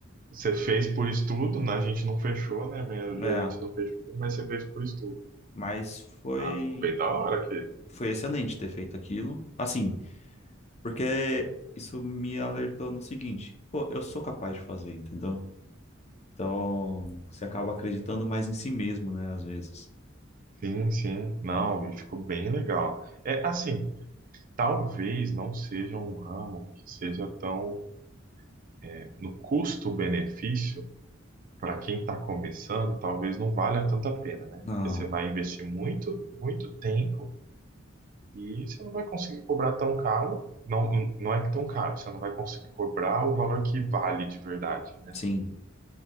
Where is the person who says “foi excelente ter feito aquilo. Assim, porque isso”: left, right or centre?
Left